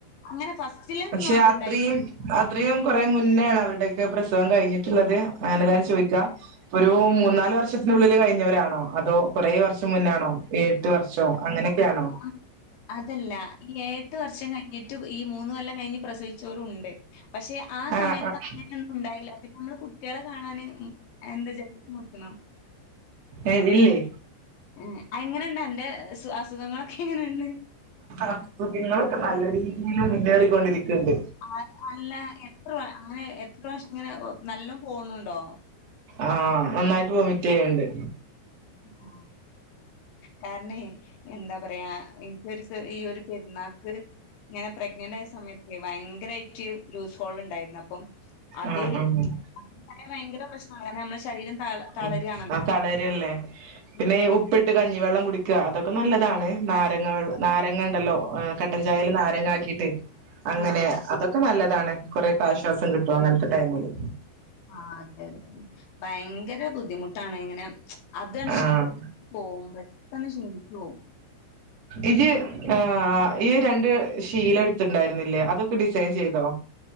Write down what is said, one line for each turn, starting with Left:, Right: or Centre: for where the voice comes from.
Left: അങ്ങനെ ഫസ്റ്റില്
Right: പക്ഷെ
Left: ഒന്നും അത്ണ്ടായില്ല
Right: അത്രയും അത്രയും കുറേ മുന്നേണ് അവരുടെയൊക്കെ പ്രസവം കഴിഞ്ഞിട്ടുള്ളത് അങ്ങനെ ഞാൻ ചോയിക്കാ ഒരു മൂന്നാല് വർഷത്തിനുള്ളില് കഴിഞ്ഞവരാണോ അതോ കുറേ വർഷം മുന്നാണോ എഴെട്ട് വർഷം അങ്ങനെക്കെ ആണോ
Left: ആഹ്. അതല്ല ഈ ഏഴ് എട്ട് വർഷം കഴിഞ്ഞി ട്ട് ഈ മൂന്ന് കൊല്ലാം കഴിഞ്ഞ് പ്രസവിച്ചോലും ഉണ്ട് പക്ഷെ ആ സമയത്ത്
Right: ആഹ് ആഹ്
Left: അങ്ങ നൊന്നും ഉണ്ടായില്ല പിന്നെ നമ്മള് കുട്ടികളെ കാണാൻ എന്താ <unintelligible> മുക്കണം
Right: ഏഹ് ഇല്ലേ
Left: ഉം എങ്ങനെയുണ്ട് അന്റെ അസുഖങ്ങളൊക്കെ എങ്ങനെയുണ്ട്
Right: അസുഖങ്ങളൊക്കെ നല്ല രീതിൽ മുന്നേറിക്കൊണ്ടിരിക്ക്ണ്ട്
Left: ആഹ് അല്ല എത്ര അങ്ങനെ എത്ര പ്രാവശ്യം ഇങ്ങനെ നല്ലോ പോണുണ്ടോ
Right: ആഹ് നന്നായിട്ട് വൊമിറ്റെയ്യണ്ട്
Left: ആഹ് കാരണേ എന്താ പറയാ എനിക്കൊരു ഈ ഒരു പെരുന്നാക്ക് ഇങ്ങനെ പ്രഗ്നന്റ് ആയ സമയത്ത് ഭയങ്കരായിട്ട് ലൂസ് ഹോൾ ഉണ്ടായിരുന്നു അപ്പം അത്
Right: ആഹ് ആഹ്
Left: ഉണ്ടായ ഭയങ്കര പ്രശ്ന കാരണം നമ്മളെ ശരീരം തള തളരാണല്ലോ.
Right: ഉം ആഹ് തളരല്ലേ പിന്നെ
Left: ഉം.
Right: ഉപ്പിട്ട് കഞ്ഞിവെള്ളം കുടിക്കുക അതൊക്കെ നല്ലതാണ് നാരങ്ങ വെ നാരങ്ങ ഉണ്ടല്ലോ കട്ടൻചായേൽ നാരങ്ങ ആക്കിട്ട് അങ്ങനെ
Left: ആ.
Right: അതൊക്കെ നല്ലതാണ് കൊറെക്കെ ആശ്വാസം കിട്ടും അങ്ങനത്തെ ടൈമില്
Left: ആഹ് അതെതെ ഭയങ്കര ബുദ്ധിമുട്ടാണ് ഇങ്ങനെ അതാണ് ക്ഷീണി
Right: ആഹ്
Left: പോവും പെട്ടെന്ന് ക്ഷീണിച്ച് പോവും
Right: ഇത് ആഹ് ഈ രണ്ട് ഷീല എടുത്തിണ്ടായിരുന്നില്ലേ അതൊക്കെ ഡിസൈൻ ചെയ്തോ